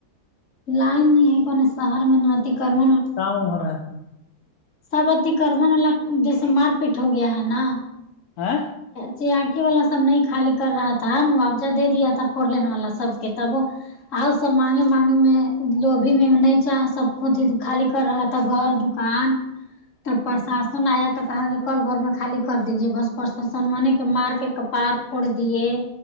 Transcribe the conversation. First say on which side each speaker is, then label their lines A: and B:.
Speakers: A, on the left; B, on the left.
A: لائن نہیں ہے کون شہر میں نہتی کرم
B: کا ہورہا ہے
A: سب اتی کرربن والا جیسے مار پیٹ ہو گیا ہے نا
B: آ
A: چیااکی والا سب نہیں خالی کر رہا تھا موجہ دے دیا تھا فور لین والا سب کے تب وہ آؤ سب مانگے مانگے میں لوبھی میں نہیں چ سب خالی کر رہا تھا گھر دکان تب پرشاسن آیا تو کہاں کہ کل بھر میں خالی کر دیجے بس پر س سنوانی کے مار کے کپار پھوڑ دیے